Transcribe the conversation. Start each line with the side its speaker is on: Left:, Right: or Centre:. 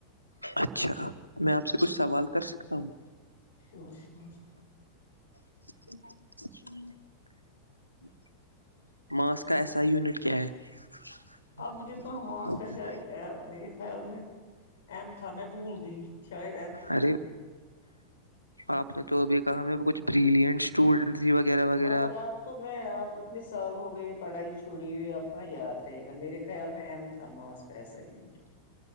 Right: اچھا میں آپ سے کچھ سوال کر سکتا ہوں
Left: شور شور
Right: <inaudible> جی ماس کا ایسا یونٹ کیا ہے تو
Left: آپ مجھے
Right: م
Left: کہاں ماس کا
Right: ج
Left: شاید میرے خیال میں ایم تھا میں بھول گئی شاید ایم تھا
Right: ارے آپ نے تو بھی کہا میں کچھ بریلین اسٹول وغیرہ وغیرہ
Left: مگر آپ تو میں آپ اتنے سال ہو گئے پڑھائی چھوڑی ہوئی اپ کہاں یاد رہے گا میرے خیال میں ایم تھا ماس کا ایسا یونٹ